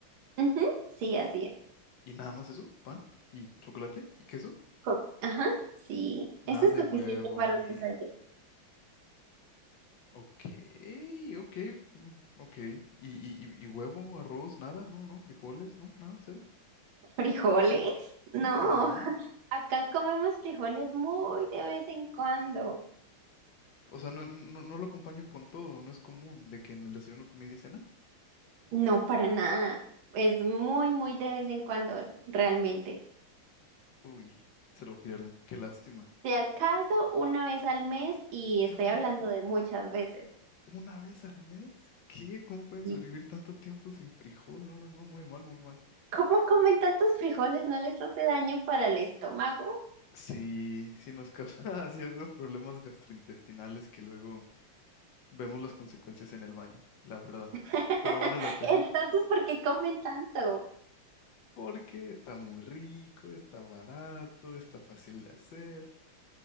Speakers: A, on the right; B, on the left.
A: Ujú, Sí, así es.
B: Y nada más eso, pan y chocolate y queso.
A: Co- Ajá, sí.
B: Nada
A: Eso es
B: de
A: suficiente
B: huevo
A: para
B: ni...
A: un desayuno.
B: Ok, ok, mm, ok. ¿Y, y, y- y huevo, arroz, nada? No, no, frijoles, no, nada, cero.
A: ¿Frijoles? No,
B: Ujú.
A: <laughs> acá comemos frijoles muy de vez en cuando.
B: O sea, no, no, no no lo acompañan con todo, no es común de que en el desayuno, comida y cena.
A: No, para nada. Es muy, muy de vez en cuando, realmente.
B: Uy, se lo pierden, qué lástima.
A: Si al caso, una vez al mes y
B: <gasps>
A: estoy
B: ¡Ah!
A: hablando de muchas veces.
B: ¿Una vez al mes? ¿Qué? ¿Cómo pueden
A: ¿Y
B: sobrevivir tanto tiempo sin frijol? No, no, no, muy mal, muy mal.
A: cómo comen tantos frijoles? ¿No les hace daño para el estómago?
B: Sí, sí nos causa <laughs> ciertos problemas gastrointestinales que luego Vemos las consecuencias en el baño, la verdad.
A: <laughs>
B: Pero vale la pena.
A: Entonces, ¿por qué comen tanto?
B: Porque está muy rico, está barato, está fácil de hacer.